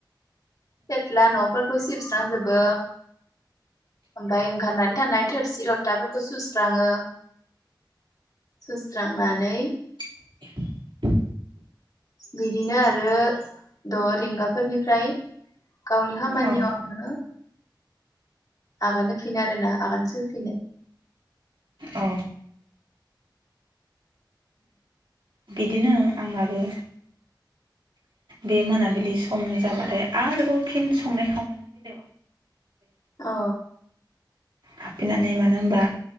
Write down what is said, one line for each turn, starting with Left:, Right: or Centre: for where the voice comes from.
Left: सेथ्ला नफोरखौ सिबस्रांजोबो ओमफाय ओंखारनानै थानाय थोरसि लथाफोरखौ सुस्राङो सुस्रांनानै
Right: <inaudible>
Left: बिदिनो आरो द रिेंगाफोरनिफ्राय गावनि खामानियाव
Right: औ
Left: आङो आगान होफिनो आरोना आगान सोरफिनो
Right: औ उ बिदिनो आंनाबो बे मोनाबिलि समनि जाबाथाय आरोबाव फिन संनाय खावनायनि
Left: औ
Right: हाबफैनानै मानो होनबा